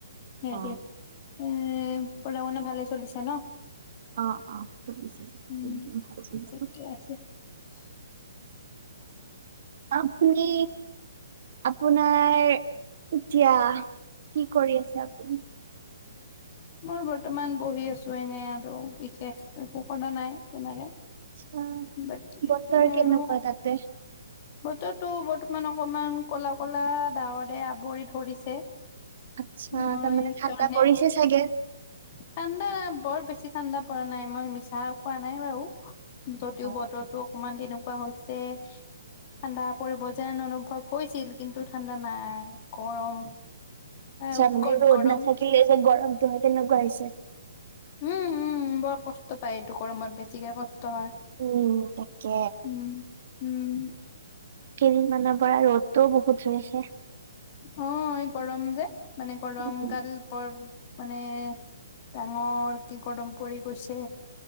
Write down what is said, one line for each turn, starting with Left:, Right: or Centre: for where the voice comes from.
Left: হেৰি
Right: অ
Left: এ পঢ়া শুনা ভালে চলিছে ন?
Right: অঁ অঁ চলিছে
Left: উম
Right: ভালেই চলিছে।
Left: ঠিকে আছে <inaudible>
Right: আপুনি? আপোনাৰ এতিয়া কি কৰি আছে? আপুনি
Left: মই বৰ্তমান বহি আছো এনে আৰু বিশেষ একো কৰা নাই তেনেকে।
Right: আছো।
Left: বাকী
Right: বতৰ
Left: আৰু
Right: কেনেকুৱা তাতে?
Left: বতৰটো বৰ্তমান অকণমান ক'লা ক'লা ডাৱৰে আৱৰি ধৰিছে।
Right: আচ্ছা
Left: মই
Right: তাৰমানে
Left: সেইকাৰণে
Right: ঠাণ্ডা পৰিছে চাগে?
Left: ঠাণ্ডা বৰ বেছি ঠাণ্ডা পৰা নাই। মই মিছা কোৱা নাই বাৰু যদিও
Right: অ',
Left: বতৰটো অকণমান তেনেকুৱা।। কোৱা হৈছে ঠাণ্ডা পৰিব যেন অনুভৱ হৈছিল। কিন্তু ঠাণ্ডা নাই গৰম এ
Right: চাম
Left: উৎকট
Right: মানে ৰ'দ
Left: গৰম
Right: না থাকিলে যে গৰমটো হয় কেনেকুৱা আহিছে উ <inaudible>
Left: উম উম বৰ কষ্ট পায় এইটো গৰমত বেছিকৈ কষ্ট।। সেই টো হয়।
Right: উম, তাকে
Left: উম উম।
Right: কেইদিন মানৰ পৰা ৰ'দটো।। উঠি আছে।।
Left: অঁ এই গৰম যে, মানে গৰম
Right: উম,
Left: কাল পৰ।। মানে ডাঙৰ কি গৰম পৰি গৈছে।